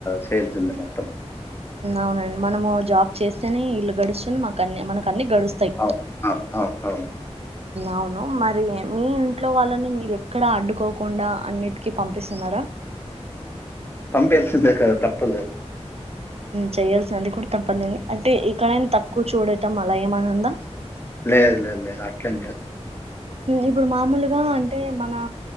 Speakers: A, on the left; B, on the right.
A: చేయాల్సింది మొత్తం
B: అవునండి మనము జాబ్ చేస్తేనే ఇల్లు గడుస్తుంది మాకు అన్న మనకు గడుస్తాయి
A: అవును. అవును. అవును. అవును.
B: అవును మరి మీ ఇంట్లో వాళ్ళని మీరు ఎక్కడ అడ్డుకోకుండా అన్నిటికిీ పంపిస్తున్నారా
A: పంేల్ సంది క తప్పదు
B: చెయయాల్సిిన అది కూడా తప్పదండి అంటే ఇక్కడైనా తక్కువ చూడటం అలా ఏమనిందా
A: లేదు లేదు లేదు అట్లందు
B: ఇప్పుడు మామూలుగా అంటే మన